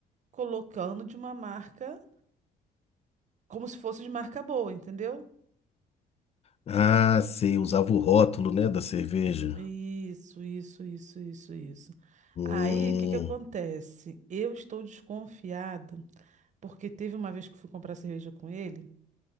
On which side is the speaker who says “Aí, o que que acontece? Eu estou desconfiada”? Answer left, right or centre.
Right